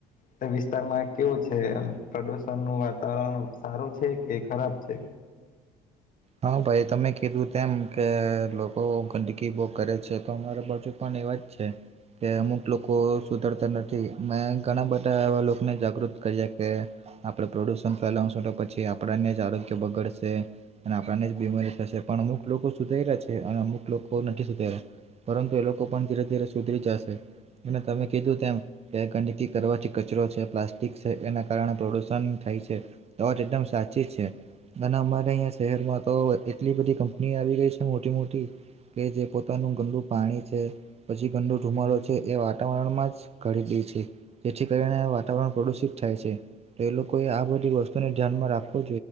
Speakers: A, on the left (about 55°); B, on the right (about 40°).
A: તે વિસ્તારમાં કેવું છે. એમ પ્રદુષણ નું વાતાવરણ સારું છે, કે ખરાબ છે?
B: હા ભાઈ તમે કીધું તેમ કે લોકો ગંદકી બહુ કરે છે. તો અમારા બાજુ પણ. એવા જ છે. કે અમુક લોકો સુધરતા નથી મેં ઘણા બધા એવા લોકોને જાગૃત કર્યા કે આપડે પ્રદુષણ ફેલાવશું તો પછી આપણને જ આરોગ્ય બગડશે અને આપણાને જ બીમારી થશે પણ અમુક લોકો સુધર્યા રહ્યા છે અને અમુક લોકો નથી સુધર્યા પરંતુ એ લોકો પણ ધીરે ધીરે સુધરી જાશે અને તમે કીધું તેમ કે ગંદકી કરવાથી કચરો છે પ્લાસ્ટિક છે એના કારણે પ્રદુષણ થાય છે તો જ એકદમ સાચી છે અને અમારે અહીંયા શહેરમાં તો એટલી બધી કંપની આવી ગઈ છે મોટી મોટી કે જે પોતાનું ગંદુ પાણી છે પછી ગંદુ ધુમાડો છે એ વાતાવરણ માં જ ઘડી દ છે જેથી કરીને વાતાવરણ પ્રદુષિત થાય છે તો એ લોકોએ આ બધી વસ્તુને ધ્યાનમાં રાખવો